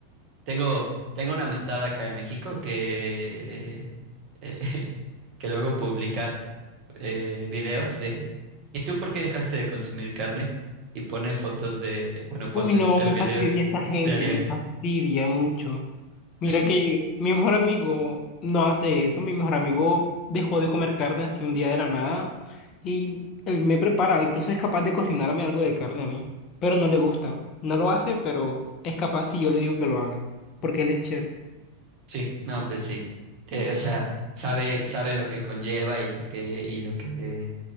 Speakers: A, on the right (about 40°); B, on the left (about 35°).
A: Tengo, tengo una amistad acá en México que, eh, <laughs> que luego publica eh, videos de ¿Y tú por qué dejaste de consumir carne? Y pone fotos de, bueno,
B: Uy,
A: pone,
B: no,
A: el el
B: me
A: video
B: fastidia
A: es
B: esa gente,
A: de anime.
B: me fastidia mucho. Mira
A: <laughs>
B: que mi mejor amigo no hace eso, mi mejor amigo dejó de comer carne así un día de la nada y él me prepara, incluso es capaz de cocinarme algo de carne a mí, pero no le gusta, no lo hace, pero es capaz si yo le digo que lo haga, porque él es chef.
A: Sí, no, pues sí. Te- o sea, sabe, sabe lo que conlleva y lo que, y lo que